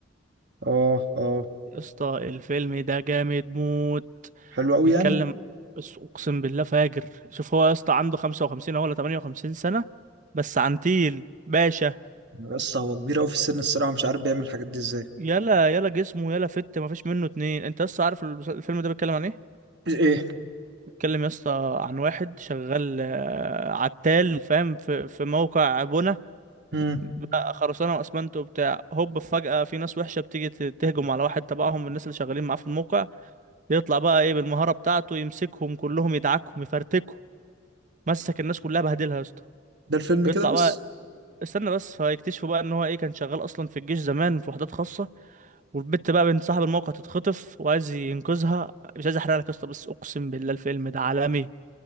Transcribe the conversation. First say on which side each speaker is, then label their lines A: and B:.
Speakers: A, on the right (about 60°); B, on the right (about 40°).
A: اه اه
B: يا اسطى الفيلم ده جامد موت
A: حلو قوي
B: بيتكلم
A: يعني
B: بس اقسم بالله فاجر شوف هو يا اسطى عنده 55 أهو ولا 58 سنة بس عنتيل باشا
A: بس هو كبير قوي في السن الصراحة مش عارف بيعمل الحاجات دي ازاي
B: يلا يلا جسمه يلا فت مفيش منه اتنين انت لسه عارف المس- الفيلم ده بيتكلم عن ايه
A: ايه
B: بيتكلم يا اسطى عن واحد شغال آه، عتال فاهم في في موقع بنا
A: امم
B: بقى خرسانه واسمنت وبتاع هوب فجاه في ناس وحشه بتيجي ت- تهجم على واحد تبعهم من الناس اللي شغالين معاه في الموقع يطلع بقى ايه بالمهاره بتاعته يمسكهم كلهم يدعكهم يفرتكهم مسك الناس كلها بهدلها يا اسطى
A: ده الفيلم
B: بيطلع
A: كده بس
B: بقى استنى بس فيكتشفوا بقى ان هو ايه كان شغال اصلا في الجيش زمان في وحدات خاصه والبت بقى بنت صاحب الموقع تتخطف وعايز ينقذها مش عايز احرق لك يا اسطى بس اقسم بالله الفيلم ده عالمي